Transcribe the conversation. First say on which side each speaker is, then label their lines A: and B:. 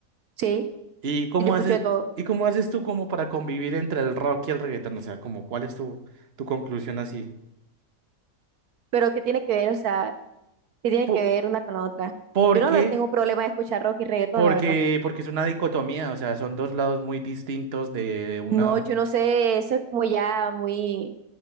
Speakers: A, on the right (about 70°); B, on the right (about 40°).
A: sí,
B: ¿Y cómo
A: yo escucho
B: haces,
A: de todo,
B: y cómo haces tú como para convivir entre el rock y el reggaetón? O sea, como, ¿cuál es tu, tu conclusión así?
A: pero ¿qué tiene que ver, o sea, qué tiene
B: Po-
A: que ver una con la otra?
B: porque,
A: Yo no lo tengo problema de escuchar rock y reggaetón,
B: porque,
A: la verdad,
B: porque es una dicotomía, o sea, son dos lados muy distintos de una...
A: no, yo no sé, eso es como ya muy,